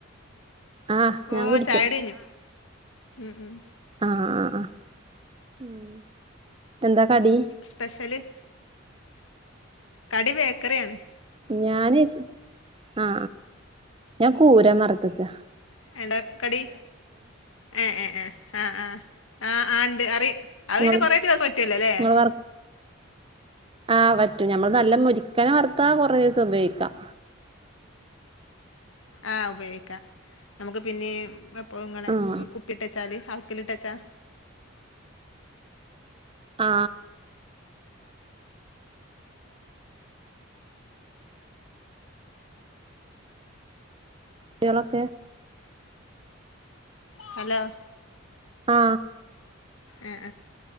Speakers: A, on the right; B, on the left.
A: ആഹ്
B: ഓ
A: ഞാൻ കുടിച്ചു
B: ചായുടി യ്ഞ്ഞു ഉ ഉം
A: ആ ആ ആ ഉം എന്താ കടി
B: സ്പെഷ്യല് കടി ബേക്കറിയാണ്
A: ഞാൻ ആ ആ ഞാൻ കൂരം വറത്ത്ക്കാ
B: എന്താ കടി ഏ ഏ ഏ ആ ആ ആ ആ ഇണ്ട് അറിം അവിന്നെ
A: ഇങ്ങള്
B: കൊറെ ദിവസം പറ്റല്ലോ ല്ലേ
A: ഇങ്ങള് വർ ആഹ് പറ്റും ഞമ്മള് നല്ല മുരിക്കന വറുത്താ കുറേ ദിവസം ഉപയോഗിക്കാം
B: ആഹ് ഉപയോഗിക്കാ നമുക്ക് പിന്നീം <unintelligible> പ്പളും ഇങ്ങനെ
A: ആഹ്
B: കുപ്പിട്ട് വച്ചാല് അൾക്കിലിട്ടച്ചാ
A: ആ കുട്ടികളൊക്കെ
B: ഹലോ
A: ആ
B: ആ